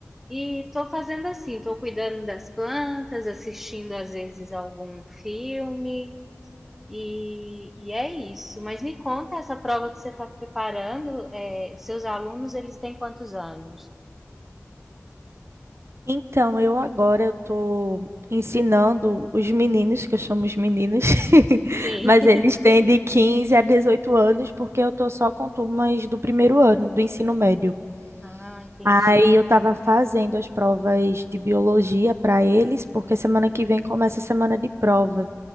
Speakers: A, in the centre; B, on the right.
A: E tô fazendo assim, tô cuidando das plantas, assistindo às vezes algum filme. E, e é isso. Mas me conta essa prova que você está preparando. é, seus alunos, eles têm quantos anos?
B: Então, eu agora eu tô ensinando os meninos, que eu chamo os meninos, <laughs>
A: Sim.
B: mas eles têm
A: <laughs>
B: de 15 a 18 anos, porque eu tô só com turmas do primeiro ano, do ensino médio.
A: Ah, entendi.
B: Aí eu estava fazendo as provas de biologia para eles, porque semana que vem começa a semana de prova